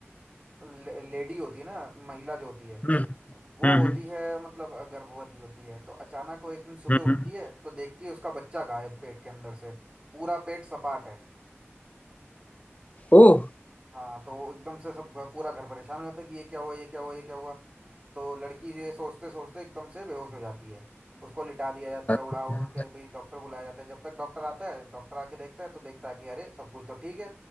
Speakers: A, on the right (about 25°); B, on the left (about 30°).
A: अ, ले- लेडी होती है ना महिला जो होती है
B: हम्म
A: वो
B: हम्म
A: होती है मतलब अ, गर्भवती होती है तो अचानक वो एक दिन सुबह
B: हम्म
A: उठती है तो देखती है उसका बच्चा गायब पेट के अंदर से पूरा पेट सपाट है
B: ओह
A: हाँ तो वो एकदम से सब घ- पूरा घर परेशान हो जाता है कि ये क्या हुआ ये क्या हुआ ये क्या हुआ तो लड़की ये सोचते सोचते एकदम से बेहोश हो जाती है उसको लिटा दिया जाता
B: अच्छा,
A: है उड़ा उड़ू के भाई डॉक्टर बुलाया जाता है जब तक डॉक्टर आता है डॉक्टर आके देखता है तो देखता है कि अरे सब कुछ तो ठीक है